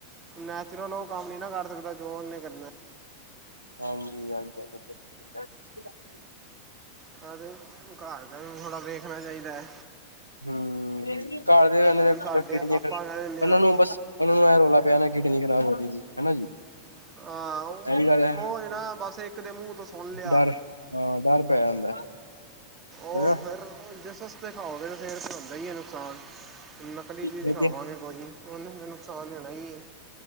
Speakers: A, on the right; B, on the left.
A: ਨੈਚੁਰਲ ਉਹ ਕੰਮ ਨਹੀਂ ਨਾ ਕਰ ਸਕਦਾ ਜੋ ਉਹਨੇ ਕਰਨਾ।
B: ਹਾਂਜੀ, ਹਾਂਜੀ ਹਾਂ ਸਤਿ ਸ੍ਰੀ ਅਕਾਲ।
A: ਕਹਤੇ ਘਰਦਿਆਂ ਨੂੰ ਥੋੜ੍ਹਾ ਵੇਖਣਾ ਚਾਹੀਦਾ।
B: ਹਮ ਘਰ ਦੇ ਉਹਨਾਂ
A: ਹੁਣ
B: ਨੇ
A: ਸਾਡੇ
B: ਚਿੜ
A: ਆਪਾਂ ਕਹਿ ਦਿੰਦੇ
B: ਉਹਨਾਂ
A: ਆ
B: ਨੂੰ ਬਸ ਉਹਨਾਂ ਨੂੰ ਇਹਂ ਰੌਲਾ ਪਿਆ ਨਾ ਕਿਡਨੀ ਖਰਾਬ ਹੋ ਗਈ ਹੈ ਨਾ ਜੀ।
A: ਹਾਂ
B: ਇਹ ਵੀ ਗੱਲ ਹੈ
A: ਉਹ ਏ ਨਾ ਬਸ ਇੱਕ ਦੇ ਮੂੰਹ ਤੋਂ ਸੁਣ ਲਿਆ।
B: ਡਰ ਹਾਂ ਡਰ ਪੈ ਜਾਂਦਾ।
A: ਉਹ
B: ਹਨਾ
A: ਫੇਰ ਜਿਸ ਖਾਓਗੇ ਤਾਂ ਫਿਰ ਤਾਂ ਹੁੰਦਾ ਹੀ ਹੈ ਨੁਕਸਾਨ ਨਕਲੀ ਚੀਜ਼
B: ਵਧੀਆ
A: ਖਾਵਾਂਗੇ ਕੋਈ ਉਹਨਾਂ ਦਾ ਨੁਕਸਾਨ ਦੇਣਾ ਹੀ ਏ।